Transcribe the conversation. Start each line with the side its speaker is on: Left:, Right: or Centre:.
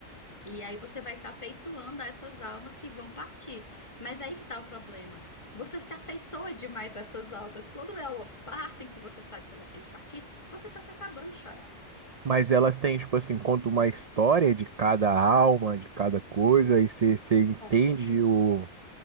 Left: E aí você vai se afeiçoando a essas almas que vão partir. Mas aí que tá o problema. Você se afeiçoa demais a essas almas. Quando elas partem, que você sabe que elas têm que partir, você tá se acabando de chorar.
Right: Mas elas têm, tipo assim, conta uma história de cada alma, de cada coisa, e você você entende
Left: Conta,
Right: o,